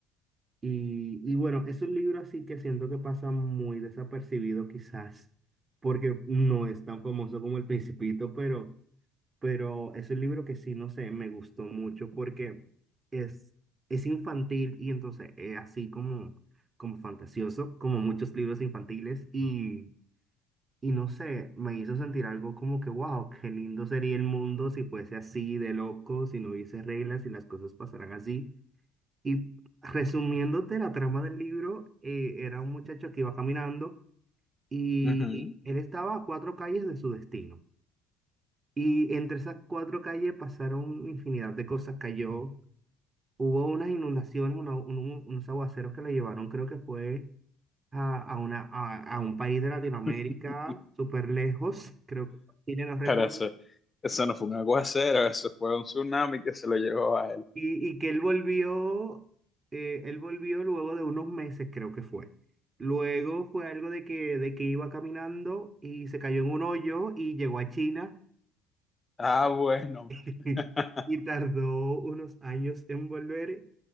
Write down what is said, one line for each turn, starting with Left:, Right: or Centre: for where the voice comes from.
Right: Y, y bueno, es un libro así que siento que pasa muy desapercibido quizás, porque no es tan famoso como El Principito, pero pero es un libro que sí, no sé, me gustó mucho porque es, es infantil y entonces es así como, como fantasioso, como muchos libros infantiles y, y no sé, me hizo sentir algo como que, wow, qué lindo sería el mundo si fuese así de loco, si no hubiese reglas y las cosas pasaran así. Y resumiéndote la trama del libro, eh, era un muchacho que iba caminando y
Left: Ujú.
Right: él estaba a cuatro calles de su destino. Y entre esas cuatro calles pasaron infinidad de cosas. Cayó, hubo unas inundaciones, una- un- unos aguaceros que la llevaron, creo que fue a, a una, a, a un país de Latinoamérica
Left: <laughs>
Right: súper lejos, creo que fue Chile, no recuerdo.
Left: Pero eso, eso no fue un aguacero, eso fue un tsunami que se lo llevó a él.
Right: Y, y que él volvió, eh, él volvió luego de unos meses, creo que fue. Luego fue algo de que, de que iba caminando y se cayó en un hoyo y llegó a China
Left: Ah, bueno.
Right: <laughs>
Left: <laughs>
Right: y tardó unos años en volver.